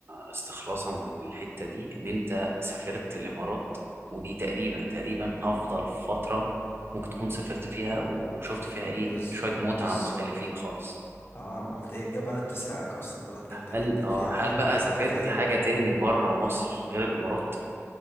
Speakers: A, on the right; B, on the left.
A: استخلاصا من الحتة دي ان انت سافرت الامارات ودي تقريبا تقريبا افضل فترة ممكن تكون سافرت فيها
B: مم،
A: وشفت فيها ايه
B: بز
A: شوية متعة
B: بالظبط
A: مختلفين خالص
B: اه عملت هي بلد تسرقك اصلا بلد جامدة
A: هل
B: جدا
A: اه
B: فيها حاجات
A: هل بقى سافرت
B: ترفيهية
A: حاجة
B: قوي
A: تاني بره مصر غير الامارات